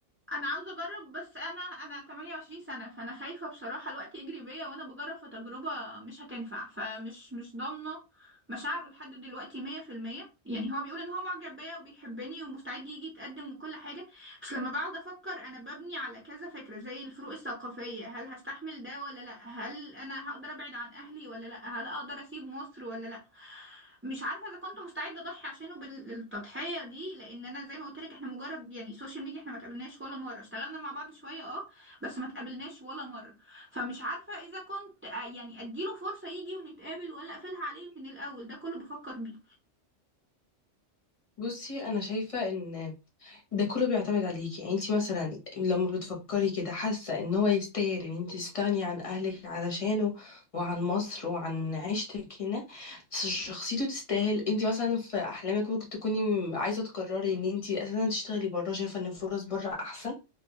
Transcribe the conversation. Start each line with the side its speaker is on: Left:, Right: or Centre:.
Right: انا عاوزة اجرب بس انا انا 28 سنة فانا خايفة بصراحة الوقت يجري بيا وانا بجرب في تجربة مش هتنفع فمش مش ضامنة مشاعره لحد دلوقتي 100% يعني هو بيقول ان هو معجب بيا وبيحبني ومستعد يجي يتقدم وكل حاجة مش لما بقعد افكر انا ببني على كذا فكرة زي الفروق الثقافية هل هستحمل ده ولا لا هل انا هقدر ابعد عن اهلي ولا لا هل اقدر اسيب مصر ولا لا مش عارفة اذا كنت مستعدة اضحي عشانه بالتضحية دي لان انا زي ما قلت لك احنا مجرد يعني سوشيال ميديا احنا ما تقابلناش ولا مرة اشتغلنا مع بعض شوية اه بس ما تقابلناش ولا مرة فمش عارفة اذا كنت آه، يعني اديله فرصة يجي ونتقابل ولا اقفلها عليه من الاول ده كله بفكر بيه
Left: بصي أنا شايفة إن ده كله بيعتمد عليكي يعني انت مثلا لما بتفكري كده حاسه ان هو يستاهل ان انت تستغني عن اهلك علشانه وعن مصر وعن عيشتك هنا بس شخصيته تستاهل انت مثلا في احلامك ممكن تكوني عايزه تقرري ان انت اساسا تشتغلي بره شايفه ان الفرص بره احسن